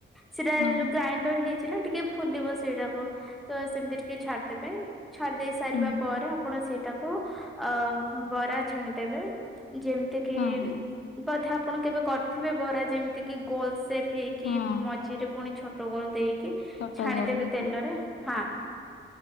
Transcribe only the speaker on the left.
ହଁ
ହୁଁ
ହଁ ହଁ।
ହଁ
ଛୋଟ
ଗୋଲ ହେଇକି